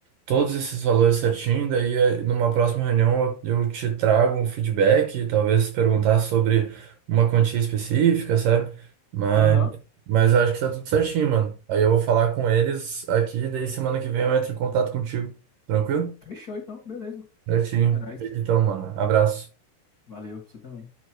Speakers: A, on the right (about 70°); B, on the left (about 80°).
A: todos esses valores certinho. Daí eh, numa próxima reunião eu eu te trago um feedback, talvez perguntar sobre uma quantia específica, sabe? Mas,
B: aham.
A: mas eu acho que tá tudo certinho, mano. Aí eu vou falar com eles aqui, daí semana que vem eu entro em contato contigo. Tranquilo?
B: Fechou então, beleza.
A: Certinho.
B: É nóis.
A: Feito Então, mano, abraço.
B: Valeu, você também.